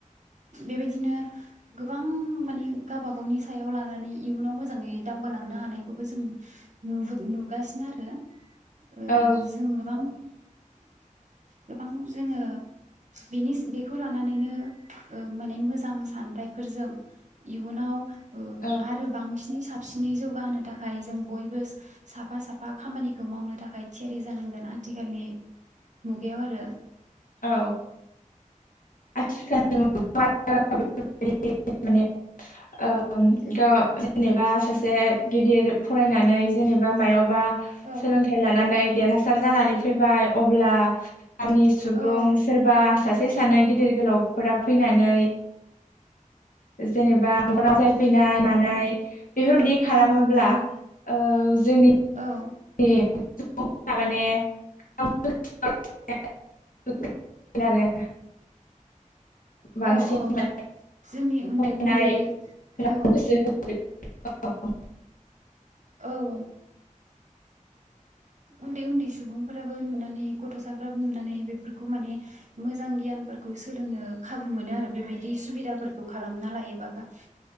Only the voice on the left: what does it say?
औ
औ
औ <unintelligible> <unintelligible> जेनेबा सासे गिदिर फरायनानै जेनेबा मायावबा
सोलोंथाय‌ लानानै देरहासार जानानै फैबाय अब्ला गामि सुबुं
सोरबा सास से सानै गिद दिर गोलावफोरा फैनानै जेनेबा <unintelligible>
जाय फैनाय मानाय <inaudible> बेफोरबायदि खालामोब्ला
ओव जोनि
<unintelligible> बांसिन
फरायनाय
गोसो <unintelligible>